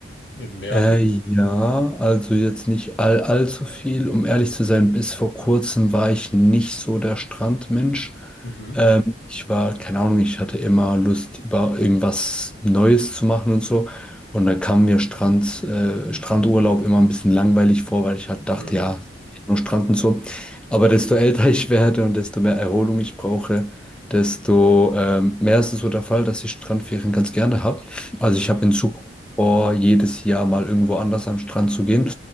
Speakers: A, on the left; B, in the centre.
A: im Meer
B: Äh,
A: so?
B: ja, also jetzt nicht all, allzu viel. Um ehrlich zu sein, bis vor kurzem war ich nicht so der Strandmensch.
A: Mhm.
B: Ähm, ich war, keine Ahnung, ich hatte immer Lust, über irgendwas Neues zu machen und so. Und da kam mir Strand, äh, Strandurlaub immer ein bisschen langweilig vor, weil ich halt dachte,
A: Mhm.
B: ja, ich hab nur Strand und so. Aber desto <laughs> älter ich werde und desto mehr Erholung ich brauche, desto ähm, mehr ist es so der Fall, dass ich Strandferien ganz gerne habe. Also
A: Mhm.
B: ich habe in Zukunft vor, jedes Jahr mal irgendwo anders an den Strand zu gehen.